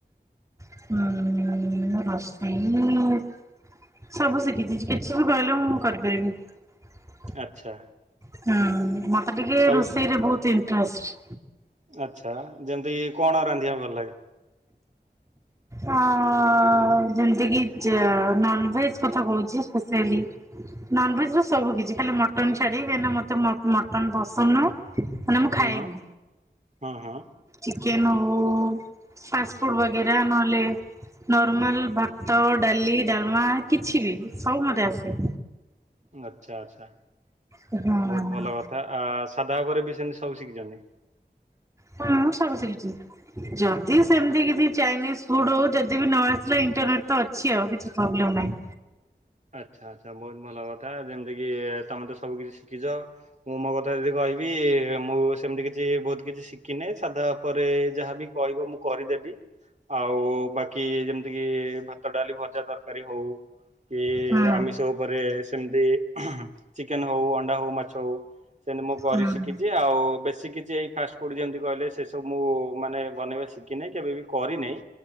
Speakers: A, on the right; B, on the right.
A: ଉଁ- ଉଁ ମୁଁ ରୋଷେଇ ସବୁ ଶିଖିଛି, କିଛି ବି କହିଲେ ମୁଁ କରିପାରିବି।
B: ଆଚ୍ଛା।
A: ହୁଁ ମତେ ଟିକେ
B: ସବୁ
A: ରୋଷେଇରେ ବହୁତ ଇଣ୍ଟେରେଷ୍ଟ୍।
B: ଆଚ୍ଛା ଯେମିତି କଣ ରାନ୍ଧିବା ବା କୁ ଭଲଲାଗେ?
A: ହଁ ଯେମିତି କି ନନଭେଜ୍ କଥା କହୁଛି ସ୍ପେ୍ସିଆଲି। ନନଭେଜ୍ ର ସବୁ କିଛି ଖାଲି ମଟନ୍ ଛାଡି କାହିଁକି ନା ମତେ ମଟନ ପସନ୍ଦ ନୁହଁ। ମାନେ ମୁଁ
B: ହୁଁ
A: ଖାଏନି
B: ହୁଁ ହୁଁ
A: ଚିକେନ୍ ହଉ ଫାଷ୍ଟ୍ ଫୁଡ଼୍ ବଗେରା ନହଲେ ନର୍ମାଲ ଭାତ, ଡାଲି, ଡାଲମା, କିଛି ବି ସବୁ ମତେ ଆସେ।
B: ଆଚ୍ଛା ଆଚ୍ଛା
A: ହଁ
B: ବହୁତ ଭଲ କଥା ଆ ସାଧାଉପରେ ବି ସେମିତି ସବୁ ଶିଖିଛନ୍ତି।
A: ହୁଁ ସବୁ ଶିଖିଛି ଜଦି ସେମିତି କିଛି ଚାଇନିସ ଫୁଡ୍ ହଉ ଯଦି ବି ନ ଆସିଲା ଇଣ୍ଟରନେଟ୍ ତ ଅଛି ଆଉ କିଛି ପ୍ରୋବ୍ଲେମ୍ ନାହିଁ।
B: ଆଚ୍ଛା ଆଚ୍ଛା ବହୁତ ଭଲ କଥା ଯେମିତିକି ତମେ ତ ସବୁ କିଛି ଶିଖିଛ। ମୁଁ ମୋ କଥା ଯଦି କହିବି ମୁଁ ସେମିତି କିଛି ବହୁତ କିଛି ଶିଖି କିନେ ସାଧା ଉପରେ ଯାହାବି କହିବ ମୁଁ କରିଦେବି ଆଉ ବାକି ଯେମତି ଇଏ ଭାତ ଡାଲି ଭଜା ତରକାରୀ ହଉ କି
A: ହୁଁ
B: ଆମିଷ ଉପରେ ସେମିତି ଚିକେନ୍ ହଉ ଅଣ୍ଡା ହଉ ମାଛ ହଉ ସେମିତି ମୁଁ କରି
A: ହୁଁ।
B: ଶିଖିଛି ଆଉ ବେଶି କିଛି ଏଇ ଫାଷ୍ଟ୍ ଫୁଡ୍ ଯେମତି କହିଲେ ସେ ସବୁ ମୁଁ ମାନେ ବନେଇବା ଶିଖିିନାହିଁ କେବେ ବି କରିନାହିଁ।